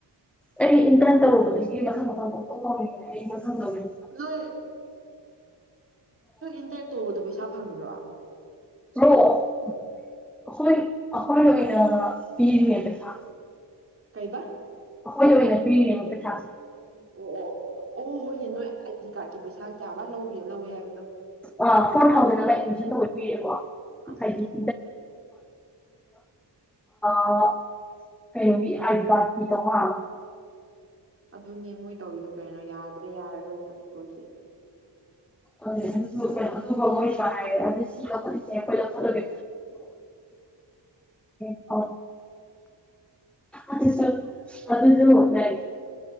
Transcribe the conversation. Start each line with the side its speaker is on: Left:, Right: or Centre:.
Centre: ꯑꯩ ꯏꯟꯇꯔꯟ ꯇꯧꯔꯨꯕꯗꯒꯤ ꯃꯊꯪ ꯃꯊꯪ ꯄꯪꯇꯧ ꯇꯧꯅꯤꯡꯉ° ꯃꯊꯪ ꯇꯧꯗꯧ
Right: ꯂꫭꯏꯔ° ꯏꯟꯇꯔꯠ ꯇꯧꯕꯗꯣ ꯄꯩꯁꯥ ꯐꯪꯗ꯭ꯔꯣ
Centre: ꯅꯣ ꯑꯩꯈꯣꯏ ꯑꯩꯈꯣꯏꯅ ꯑꯣꯏꯅ ꯄꯤꯔꯤꯅꯦ ꯄꯩꯁꯥ
Right: ꯀꯩꯕꯥ
Centre: ꯑꯩꯈꯣꯏꯅ ꯑꯣꯏꯅ ꯄꯤꯔꯤꯅꯦꯕ ꯄꯩꯁꯥꯁꯦ
Right: ꯑꯣ ꯑꯣ ꯑꯣ ꯑꯣ ꯍꯣꯏꯅꯦ ꯅꯣꯏ ꯑꯥꯏꯗꯤ ꯀꯥꯔꯗꯀꯤ ꯄꯩꯁꯥ ꯀꯌꯥꯕ ꯂꯧꯕꯤꯌ ꯂꯧꯋꯦ ꯍꯥꯏꯕꯗꯣ
Centre: ꯑ ꯐꯣꯔ ꯊꯥꯎꯖꯟ ꯑꯃ ꯑꯦꯗꯃꯤꯁꯟ ꯇꯧꯕꯩ ꯄꯤꯔꯦꯀꯣ
Right: ꯑꯁ
Centre: ꯍꯥꯏꯗꯤ <unintelligible> ꯑꯥꯏꯕꯤ ꯑꯥꯏꯗꯤꯀꯥꯔꯗꯀꯤ ꯆꯧꯉꯥ ꯑꯃ
Right: ꯑꯗꯨꯅꯦ ꯃꯣꯏ ꯇꯧꯔꯤꯗꯣ ꯀꯩꯅꯣ ꯌꯥꯗ꯭ꯔꯦ ꯌꯥꯔꯔꯣꯏ ꯃꯅꯤꯄꯨꯔꯁꯦ
Centre: ꯑꯗꯨ ꯅꯁꯨ ꯀꯩꯅꯣ ꯑꯗꯨꯒ ꯃꯣꯏ ꯁ ꯍꯥꯏꯔꯦ ꯑꯗꯨ ꯁꯤ ꯂꯧꯈꯠꯂꯤꯁꯦ ꯑꯩꯈꯣꯏ ꯂꯧꯈꯠꯂꯒꯦ <unintelligible> ꯑꯁ ꯆꯠꯂꯨ ꯑꯗꯨꯗꯃꯨꯛꯅꯦ